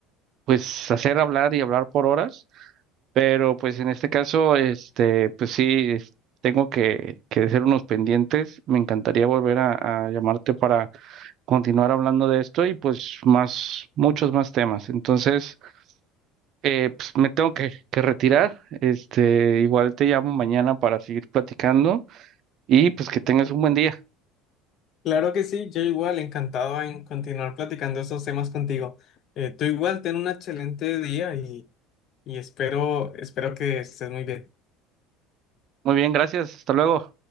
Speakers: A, on the right (about 50°); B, on the left (about 50°).
A: pues hacer hablar y hablar por horas, pero pues en este caso este pues sí es- tengo que que hacer unos pendientes. Me encantaría volver a, a llamarte para continuar hablando de esto y pues más muchos más temas. Entonces, eh, pues me tengo que, que retirar. Este, igual te llamo mañana para seguir platicando y pues que tengas un buen día.
B: Claro que sí, yo igual encantado en continuar platicando esos temas contigo. Eh, tú igual ten un excelente día y, y espero, espero que estés muy bien.
A: Muy bien, gracias. Hasta luego.